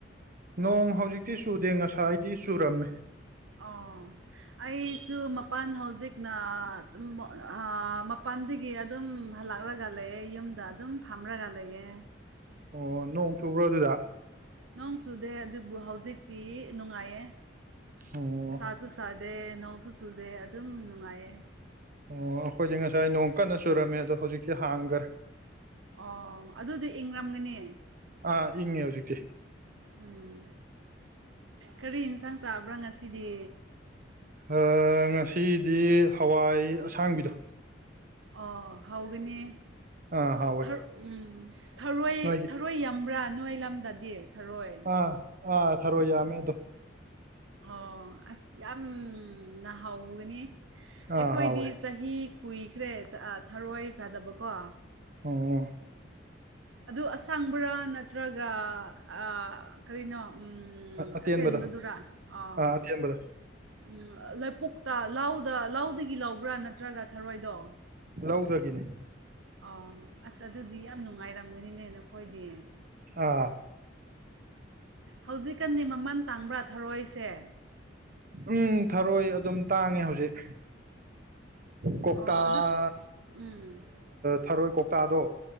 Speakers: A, on the right (about 50°); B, on the right (about 80°).
A: ꯅꯣꯡ ꯍꯧꯖꯤꯛꯇꯤ ꯆꯨꯗꯦ ꯉꯁꯥꯏꯗꯤ ꯆꯨꯔꯝꯃꯦ
B: ꯑꯣ ꯑꯩꯁꯨ ꯃꯄꯥꯟ ꯍꯧꯖꯤꯛꯅ ꯗꯨꯝ ꯑꯥ ꯃꯄꯥꯟꯗꯒꯤ ꯑꯗꯨꯝ ꯍꯜꯂꯛꯂꯒ ꯂꯩꯌꯦ ꯌꯨꯝꯗ ꯑꯗꯨꯝ ꯐꯝꯔꯒ ꯂꯩꯌꯦ
A: ꯑꯣ ꯅꯣꯡ ꯆꯨꯕ꯭ꯔꯣ ꯑꯗꯨꯗ
B: ꯅꯣꯡ ꯆꯨꯗꯦ ꯑꯗꯨꯕꯨ ꯍꯧꯖꯤꯛꯇꯤ ꯅꯨꯡꯉꯥꯏꯌꯦ
A: ꯑꯣ
B: ꯁꯨ ꯁꯥꯗꯦ ꯅꯣꯡꯁꯨ ꯆꯨꯗꯦ ꯑꯗꯨꯝ ꯅꯨꯡꯉꯥꯏꯌꯦ
A: ꯑꯣ ꯑꯩꯈꯣꯏꯗꯤ ꯉꯁꯥꯏ ꯅꯣꯡ ꯀꯟꯅ ꯆꯨꯔꯝꯃꯦ ꯑꯗꯣ ꯍꯧꯖꯤꯛꯇꯤ ꯍꯥꯡꯈ꯭ꯔꯦ
B: ꯑꯣ ꯑꯗꯨꯗꯤ ꯏꯪꯔꯝꯒꯅꯤ
A: ꯑꯥ ꯏꯪꯉꯦ ꯍꯧꯖꯤꯛꯇꯤ
B: ꯎꯝ ꯀꯔꯤ ꯏꯟꯁꯥꯡ ꯆꯥꯕ꯭ꯔꯥ ꯉꯁꯤꯗꯤ
A: ꯑꯥ ꯉꯁꯤꯗꯤ ꯍꯋꯥꯏ ꯑꯁꯥꯡꯕꯤꯗꯣ
B: ꯑꯣ ꯍꯥꯎꯒꯅꯤ
A: ꯑꯥ ꯍꯥꯎꯋꯦ
B: ꯊꯔ ꯎꯝ
A: ꯅꯣꯏꯒꯤ
B: ꯊꯔꯣꯏ ꯌꯥꯝ ꯕ꯭ꯔꯥ ꯅꯣꯏ ꯂꯝꯗꯗꯤ ꯊꯔꯣꯏ
A: ꯑꯥ ꯑꯥ ꯊꯔꯣꯏ ꯌꯥꯝꯃꯦ ꯑꯗꯨꯝ
B: ꯑꯣ ꯑꯁ ꯌꯥꯝꯅ ꯍꯥꯎꯒꯅꯤ ꯑꯩꯈꯣꯏꯗꯤꯁ
A: ꯑꯥ ꯍꯥꯎꯋꯦ
B: ꯆꯍꯤ ꯀꯨꯏꯈ꯭ꯔꯦ ꯑ ꯊꯔꯣꯏ ꯆꯥꯗꯕꯀꯣ
A: ꯑꯣ
B: ꯑꯗꯨ ꯑꯁꯪꯕꯔꯥ ꯅꯠꯇ꯭ꯔꯒ ꯑꯥ ꯀꯔꯤꯅꯣ ꯎꯝ ꯎꯝ
A: ꯑꯇꯦꯟꯕꯗꯣ
B: ꯑꯇꯦꯟꯕꯗꯨꯔꯥ ꯑꯥꯎ
A: ꯑꯥ ꯑꯇꯦꯟꯕꯗꯣ
B: ꯎꯝ ꯑ ꯂꯩꯄꯨꯛꯇ ꯂꯧꯗ ꯂꯧꯗꯒꯤ ꯂꯧꯕ꯭ꯔꯥ ꯅꯠꯇ꯭ꯔꯒ ꯊꯔꯣꯏꯗꯣ
A: ꯂꯧꯗꯒꯤꯅꯦ
B: ꯑꯣ ꯑꯁ ꯑꯗꯨꯗꯤ ꯌꯥꯝ ꯅꯨꯡꯉꯥꯏꯔꯝꯒꯅꯤꯅꯦ ꯅꯈꯣꯏꯗꯤ
A: ꯑꯥ
B: ꯍꯧꯖꯤꯛꯀꯥꯟꯗꯤ ꯃꯃꯟ ꯇꯥꯡꯕ꯭ꯔꯥ ꯊꯔꯣꯏꯁꯦ
A: ꯎꯝ ꯊꯔꯣꯏ ꯑꯗꯨꯝ ꯇꯥꯡꯉꯦ ꯍꯧꯖꯤꯛ ꯀꯣꯛꯇꯥ
B: ꯑꯣ ꯑꯗꯨ
A: ꯑ
B: ꯎꯝ
A: ꯊꯔꯣꯏ ꯀꯣꯛꯇꯥꯗꯣ